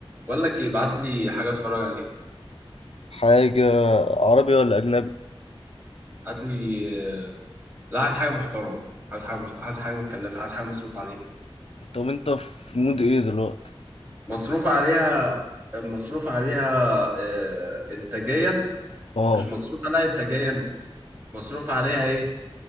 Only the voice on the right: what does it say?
بقول لك ايه ابعت لي حاجه اتفرج عليها
هات لي آه، لا عايز حاجه محترمه عايز حاجه محت... عايز حاجه متكلفه عايز حاجه مصروف عليها
مصروف عليها مصروف عليها آه، انتاجيا
مش مصروف عليها انتاجيا مصروف عليها ايه